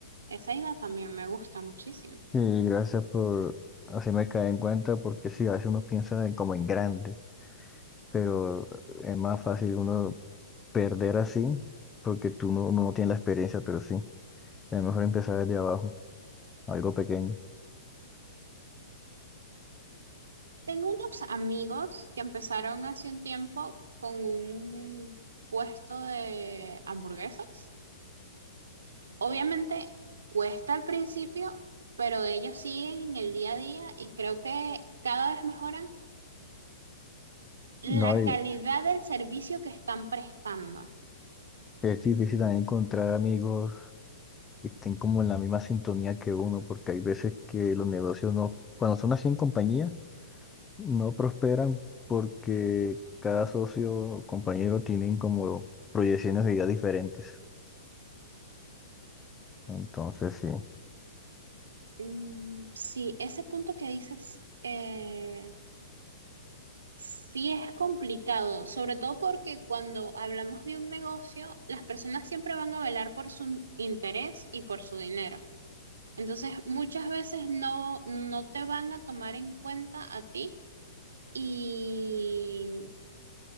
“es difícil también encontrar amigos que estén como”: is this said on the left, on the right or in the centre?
Left